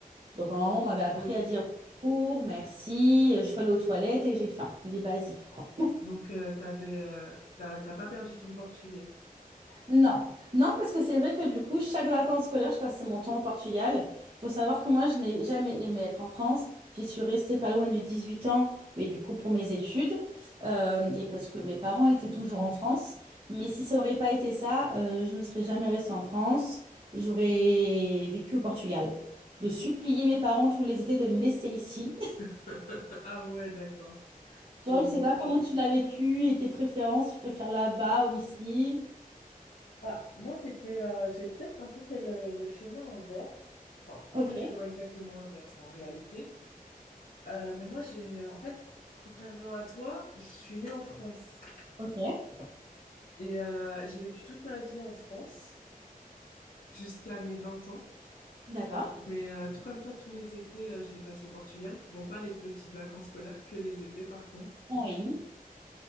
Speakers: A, on the right; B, on the left.
A: Donc, ma maman m'avait appris
B: Ok.
A: à dire bonjour, merci, euh, je vais aller aux toilettes et j'ai faim. Les basiques, quoi.
B: Donc euh, t'avais, euh, t'as t'as pas perdu ton portugais.
A: Non, non, parce que c'est vrai que du coup, chaque vacances scolaires, je passais mon temps au Portugal. Faut savoir que moi, je n'ai jamais aimé être en France. J'y suis restée pas loin de huit ans, mais du coup, pour mes études, euh, et parce que mes parents étaient toujours en France. Mais si ça aurait pas été ça, euh, je ne serais jamais restée en France. J'aurais vécu au Portugal. Je suppliais mes parents tous les étés de me laisser ici. <laughs>
B: <laughs> Ah ouais, d'accord. Je
A: Toi,
B: vois.
A: je sais pas comment tu l'as vécu et tes préférences, tu préfères là-bas ou ici?
B: Bah, moi, c'était, euh, j'ai peut-être un peu fait le, le chemin inverse. Enfin,
A: Ok,
B: pas le chemin exactement inverse en réalité. Euh, mais moi, j'ai, euh, en fait, contrairement à toi, je suis née en France.
A: ok,
B: Et euh, j'ai vécu toute ma vie en France jusqu'à mes 20 ans.
A: d'accord.
B: Donc, Mais euh, tout comme toi, tous mes étés, euh, je les passais au Portugal. Bon, pas les petites vacances scolaires, que les étés par contre.
A: Oui.